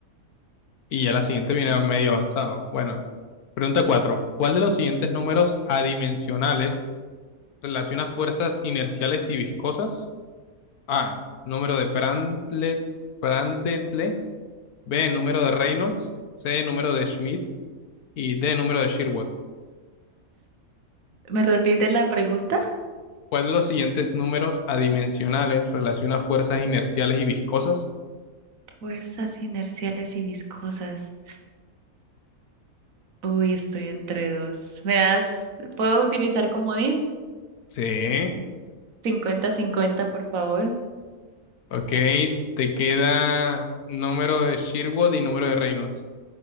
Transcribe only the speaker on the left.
y ya la siguiente viene a medio avanzado. Bueno, pregunta 4. ¿Cuál de los siguientes números adimensionales Relaciona fuerzas inerciales y viscosas. A. Número de Prandtl, Prandtl. B. Número de Reynolds. C. Número de Schmidt. Y D. Número de Sherwood.
¿Cuál de los siguientes números adimensionales relaciona fuerzas inerciales y viscosas?
C.
Ok. Te queda número de Sherwood y número de Reynolds.